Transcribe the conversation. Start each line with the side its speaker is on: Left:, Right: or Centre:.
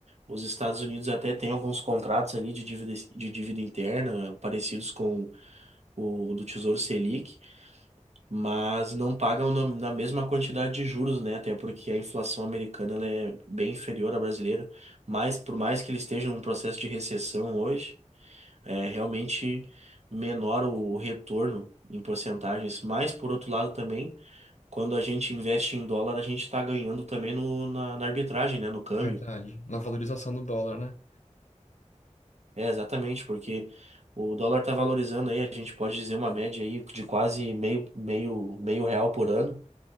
Right: Os Estados Unidos até têm alguns contratos ali de dívida, de dívida interna, parecidos com o do Tesouro Selic, mas não pagam na na mesma quantidade de juros, né? Até porque a inflação americana ela é bem inferior à brasileira. Mas por mais que eles estejam num processo de recessão hoje, é realmente menor o retorno em porcentagens. Mas por outro lado também quando a gente investe em dólar, a gente está ganhando também no, na, na arbitragem, né? No câmbio.
Left: Verdade. Na valorização do dólar, né?
Right: É, exatamente, porque o dólar está valorizando aí, a gente pode dizer uma média aí de quase meio, meio, meio real por ano.